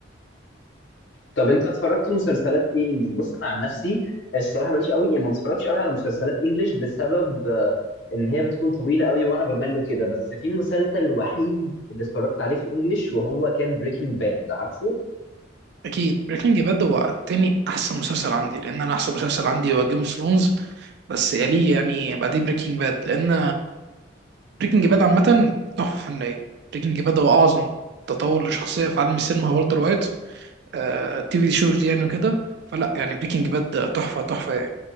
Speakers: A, on the left (about 65°); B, on the right (about 55°).
A: طب انت اتفرجت مسلسلات ايه انجليش بص انا عن نفسي الصراحه ماليش قوي يعني ما بتفرجش قوي على مسلسلات انجليش بسبب آه، ان هي بتكون طويله قوي وانا بمل كده بس في مسلسل وحيد اللي اتفرجت عليه في الانجليش وهو كان بريكنج باد عارفه
B: اكيد بريكنج باد هو تاني احسن مسلسل عندي لان انا احسن مسلسل عندي هو جيم اوف ثرونز بس يليه يعني بعديه بريكنج باد لان بريكنج باد عامه تحفه فنيه بريكنج باد هو اعظم تطور لشخصيه في عالم السينما هو والتر وايت التي في شوز دي يعني وكده فلا يعني بريكنج باد تحفه تحفه يعني